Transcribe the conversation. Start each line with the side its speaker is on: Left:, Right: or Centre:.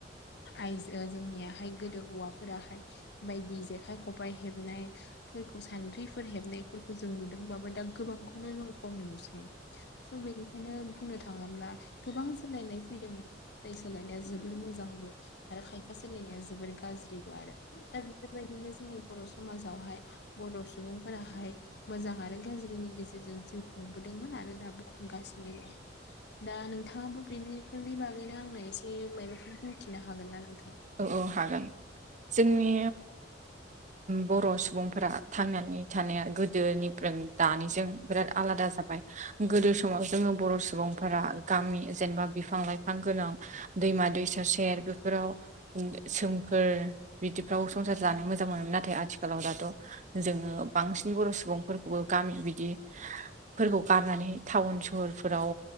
Left: आइजो जोंनियाहाय गोदो हौवाफोराहाय बायदि जेखाइ खबाइ हेबनायफोरखौ सान द्रिफोर हेबनायफोरखौ जों नुदोंबाबो दा गोबांखौनो जों खम नुसै। स' बेनिखायनो बुंनो थाङोब्ला गोबां सोलायनाय फैदों जाय सोलायनाया जोबोर मोजांबो। आरो खायफा सोलायनाया जोबोर गाज्रिबो आरो दा बेफोरबायदिनो। जोंनि बर' समाजावहाय बर' सुबुंफोराहाय मोजां आरो गाज्रिनि गेजेरजों जिउ खुं -बोदोंमोन आरो दाबो खुंगासिनो दं दा नोंथाङाबो बेनिफोरनि बागैनो आंनो एसे। एसे माबाफोर बुंथिनो हागोन ना नोंथां?
Right: औ औ हागोन जोंनि। बर' सुबुंफोरा थांनानै थानाया गोदोनिफ्राय दानिजों। बिराद आलादा जाबाय गोदो समाव जोङो बर' सुबुंफोरा गामि जेनेबा बिफां-लाइफां। बिफां गोनां दैमा-दैसा सेर बेफोराव सोमखोर बिदिफ्राव संसार जानो मोजां मोनोमोन नाथाय आथिखालाव दाथ' जोङो बांसिन बर' सुबुंफोरखौबो गामि बिदिफोरखौ गारनानै टाउन सहरफोराव।